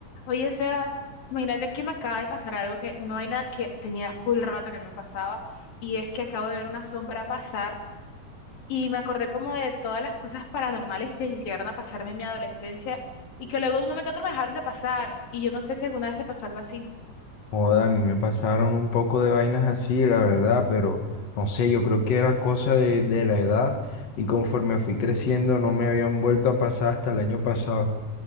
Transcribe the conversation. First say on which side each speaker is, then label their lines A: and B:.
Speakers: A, on the left; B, on the left.
A: Oye, Sebas, imagínate que me acaba de pasar algo que una vaina que tenía full rato que no me pasaba y es que acabo de ver una sombra pasar y me acordé como de todas las cosas paranormales que llegaron a pasarme en mi adolescencia y que luego de un momento a otro me dejaron de pasar y yo no sé si alguna vez te pasó algo así.
B: Joda, a mí me pasaron un poco de vainas así, la verdad, pero no sé, yo creo que era cosa de, de la edad y conforme fui creciendo no me habían vuelto a pasar hasta el año pasado.